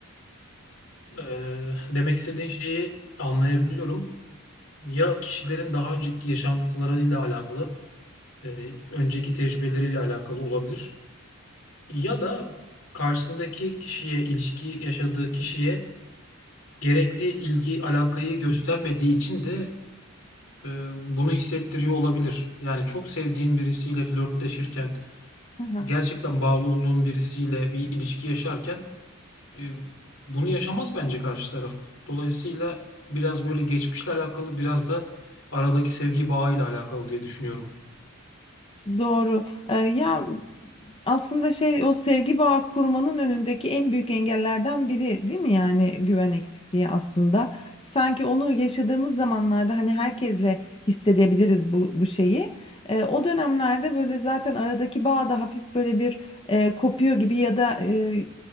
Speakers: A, on the left; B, on the left.
A: Eee, demek istediğin şeyi anlayabiliyorum. Ya kişilerin daha önceki yaşantılarıyla alakalı, eee, önceki tecrübeleriyle alakalı olabilir. Ya da karşısındaki kişiye, ilişki yaşadığı kişiye gerekli ilgi, alakayı göstermediği için de eee, bunu hissettiriyor olabilir. Yani çok sevdiğin birisiyle flörtleşirken,
B: Hı hı.
A: gerçekten bağlı olduğun birisiyle bir ilişki yaşarken Eee, bunu yaşamaz bence karşı taraf. Dolayısıyla biraz böyle geçmişle alakalı, biraz da aradaki sevgi bağıyla alakalı diye düşünüyorum.
B: Doğru. Ee, ya aslında şey o sevgi bağı kurmanın önündeki en büyük engellerden biri değil mi yani güven eksikliği aslında. Sanki onu yaşadığımız zamanlarda hani herkesle hissedebiliriz bu bu şeyi. Ee, o dönemlerde böyle zaten aradaki bağ da hafif böyle bir e, kopuyor gibi ya da e,